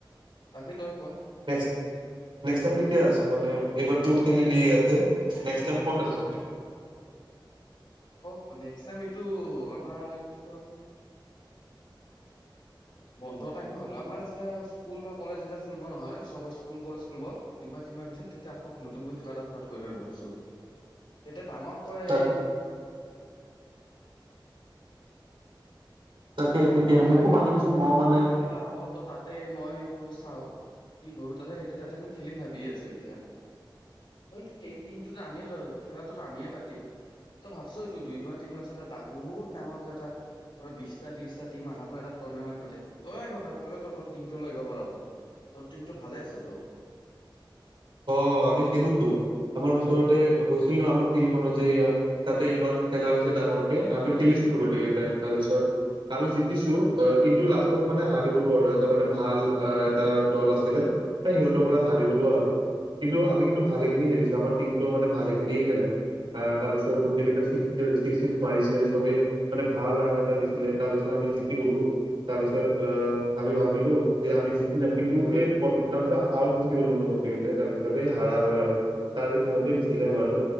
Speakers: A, on the left (about 85°); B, on the right (about 80°).
A: তাকে তই ক
B: নেক্স নেক্সট টাইম কেতিয়া আছে মানে এইবাৰ টো খেলিলো ইয়াতে নেক্স টাইম ক'ত আছে
A: অ নেক্সট টাইম এইটো আমাৰ এতোটো বন্ধৰ টাইম হ'ল আমাৰ যেতিয়া স্কুল বা কলেজ যেতিয়া খুলব নহয় চব স্কুল কলেজ খুলব দুইমাহ তিনমাহ পিছত তেতিয়া আকৌ নতুনকৈ খেলা এটা ষ্টাৰ্ট কৰিমম ভাবিছো এতিয়া ডাঙৰ কয়
B: তাক
A: এই
B: তাকে ঠিকে
A: ডাঙৰকৈ
B: মোকো
A: একবাৰ।
B: মাতিবিচোন
A: ডাঙৰকৈ
B: মইও মানে
A: এটা খেলা হব ত তাতে মই এইটো চা কি কৰো তাতে সেইটো তাতে আমি খেলিম ভাবি আছো এতিয়া। হৈ এই টিমটো যে আমিয়ে ত খেলাটোতো আমিয়ে পাতিম ত ভাবছো এইটো দুইমাহ তিনিমাহ পাছত এটা বহুত ডাঙৰকৈ এটা পৰা বিশটা ত্ৰিশটা তিনিমাহকৈ এটা টুৰ্ণামেণ্ট পাতিম তইয়ও আহিব পাৰ তই ত টমটো ল আহিব পাৰ তোৰ টিম টো ভালে আছে ত
B: <inaudible> অ আমি খেলোতো আমাৰ ওচৰতে হৈছিল ন আমাৰ ফিল্ড খনত যে ইয়াত তাতে ইমান খেলা হৈছে ডাঙৰকে আমি খেলিছো গোটেই কেইটাই তাৰপিছত আমি জতিছো কিন্তু লাষ্টত মানে হাৰি গলো আৰু এটা মানে ভাল এটা দল আছিলে। সিহঁতৰ পৰা হাৰি গ'লো আৰু। কিন্তু আমি কিন্তু ভালে খিনি খেলিছো আমাৰ টিমটো মানে ভালে খিনিয়ে খেলে তাৰ পিছত গোটকেইটা। ৰিচিভ চিছ মাৰিছে চবে মানে ভাল ৰাান এটা দিছিলে তাৰপিছত আমি জিকি গলো। তাৰ পিছত আহ আমি ভাবিলো যে আমি জিতি যাম কিন্তু এই তাৰ পিছত আউট গুচি গলো নগত। তাৰ পিছতে হাৰা গ'ল আৰু টাৰ্গেট সিহঁতে দিছিলে বাৰু।